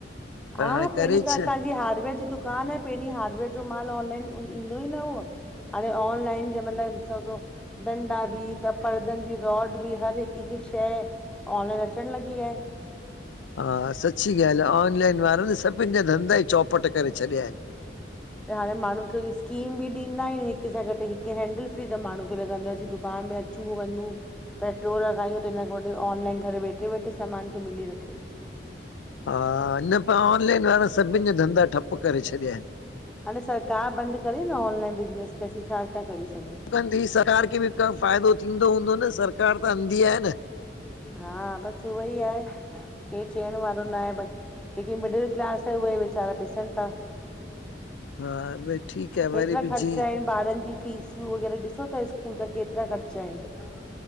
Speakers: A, on the left; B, in the centre.
A: पर
B: हा
A: हाणे करे
B: पहिरीं त असां
A: छा
B: हार्डवेयर जी दुकान आहे पहिरीं हार्डवेयर जो माल ऑनलाइन ईंदो ई न हो। हाणे ऑनलाइन जे <unintelligible> डंडा बि त परदनि जी रोड बि हर हिकु हिकु शइ ऑनलाइन अचण लॻी वया आयन।
A: हा सची ॻाल्हि आहे ऑनलाइन वारन सभिनि जा धंधा ई चौपट करे छॾिया आयन।
B: हाणे माण्हू खे स्कीम बि ॾींदा आहिनि हिक सां गॾ हिक हेैंडल फ्री त माणुन लॻंदो आ असीं दुकान में अचूं वञूं। पेट्रोल लॻाययूं त हिन खां ऑनलाइन घर वेठे वेठे सामान तूं मिली रखे।
A: हा न पर ऑनलाइन वारा सभिनि जा धंधा ठप करे छॾिया आयन।
B: हाणे सरकार बंद करेे न ऑनलाइन बिज़नेस के असीं छा था करेी सघूं।
A: अन्धी सरकार खे बि का फ़ाइदो थींदो हूंदो न सरकार त अंधी आहे न।
B: हा बस उहई आहे केर चइण वारो न आये बाक़ी जेके मिडिल क्लास आये उये वैचारा पिसन था।
A: हा भई ठीकु आहे
B: हेतिरा
A: वरी बि
B: ख़र्चा
A: जीअं
B: आहिनि ॿारनि जी फीसियूं वग़ैरह ॾिसो ता स्कूल जा केतिरा ख़र्चा आहिनि।